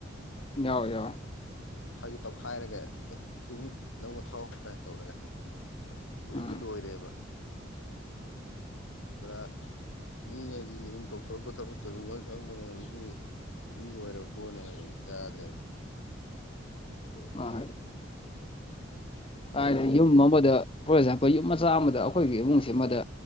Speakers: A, on the left; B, on the left.
A: ꯌꯥꯏ ꯌꯥꯏ
B: ꯍꯥꯏꯁꯨ ꯇꯧꯈꯥꯏꯔꯒꯦ ꯑꯦ ꯁꯤꯒꯨꯝ ꯅꯪ ꯊꯈ ꯇꯧꯔꯒ ꯍꯧꯖꯤꯀꯤ
A: ꯎꯝ
B: ꯂꯣꯏꯔꯦꯕ ꯄꯨꯔꯥ ꯃꯤ ꯍꯥꯏꯗꯨꯗꯤ ꯑꯗꯨꯝ ꯇꯧꯊꯣꯔꯛꯄ ꯊꯕꯛꯇ ꯑꯗꯨꯝ ꯂꯣꯏ ꯈꯪꯕꯅꯦꯅ ꯑꯗꯨ ꯑꯗꯨꯝ ꯅꯨꯡꯉꯥꯏꯔꯛ ꯐꯅꯦꯕ ꯌꯥꯗ꯭ꯔꯦꯕ
A: ꯑ ꯍꯥꯏꯗꯤ ꯌꯨꯝ ꯑꯃꯗ ꯐꯣꯔ ꯑꯦꯛꯖꯥꯝꯄꯜ ꯌꯨꯝ ꯃꯆꯥ ꯑꯃꯗ ꯑꯩꯈꯣꯏꯒꯤ ꯏꯃꯨꯡꯁꯤ ꯑꯃꯗ